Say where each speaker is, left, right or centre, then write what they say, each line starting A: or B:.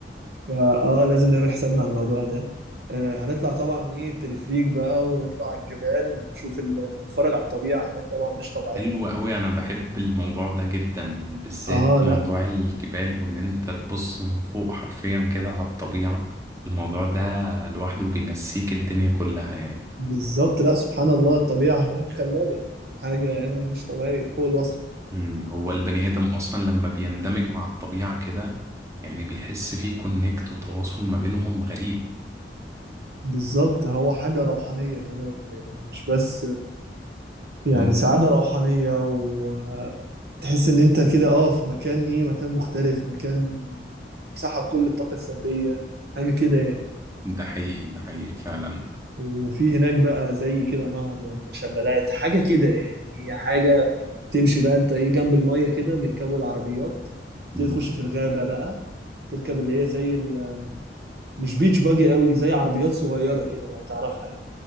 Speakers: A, on the right; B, on the right.
A: فاه لازم نعمل حسابنا على الموضوع ده آه، هنطلع طبعا ايه التلفريك بقى ونطلع على الجبال ونشوف ال... نتفرج على الطبيعة هناك طبعا مش طبيعية
B: حلو قوي انا بحب الموضوع ده جدا بالذات
A: اه
B: موضوع
A: لا
B: الجبال وان انت تبص من فوق حرفيا كده على الطبيعة الموضوع ده لوحده بينسيك الدنيا كلها يعني
A: بالظبط لا سبحان الله الطبيعة هناك خلابة حاجة يعني مش طبيعية فوق الوصف
B: أمم. هو البني ادم اصلا لما بيندمج مع الطبيعة كده يعني بيحس فيه كونكت وتواصل ما بينهم غريب
A: بالظبط هو حاجة روحانية كمان يعني مش بس يعني
B: أمم.
A: سعادة روحانية وتحس ان انت كده اه في مكان ايه مكان مختلف مكان سحب كل الطاقة السلبية حاجة كده يعني
B: ده حقيقي ده حقيقي فعلا
A: وفي هناك بقى زي كده نهر ولا شلالات حاجة كده يعني هي حاجة تمشي بقى انت ايه جنب المية كده بيركبوا العربيات تبتدي
B: أمم.
A: تخش في الغابة بقى تركب اللي هي زي ال- مش بيتش باجي قوي زي عربيات صغيرة كده لو تعرفها يعني